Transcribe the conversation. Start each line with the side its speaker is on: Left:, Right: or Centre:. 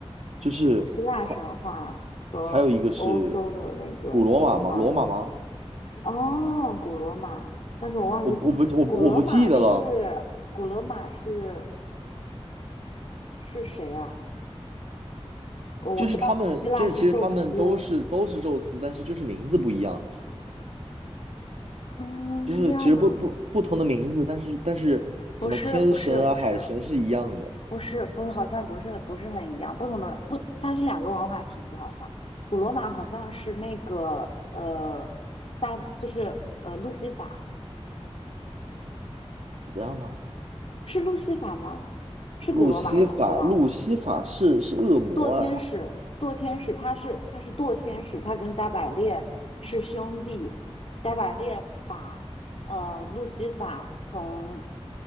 Right: 就是它。
Left: 古希腊神话和欧洲的那个神话嘛。
Right: 还有一个是古罗马吗？罗马吗？
Left: 哦，古罗马，但是我忘记古古罗马是古罗马是
Right: 我我不我不我不记得了。
Left: 是谁啊？哦我我知道古希腊是宙斯。
Right: 就是他们，就是其实他们都是都是宙斯，但是就是名字不一样，
Left: 嗯，
Right: 就是其实不不不同的名字，
Left: 是这样吗？
Right: 但是但是什么天神啊海神是一样的，
Left: 不是，不是，不是，不是不是，好像不是不是很一样，不同的不，它是两个文化体系，好像古罗马好像是那个呃撒就是呃路西法
Right: 一样吗？
Left: 是路西法吗？是古罗马还是古希腊？
Right: 路西法，路西法是是恶魔啊。
Left: 堕天使堕天使他是他是堕天使，他跟加百列是兄弟，加百列把呃路西法从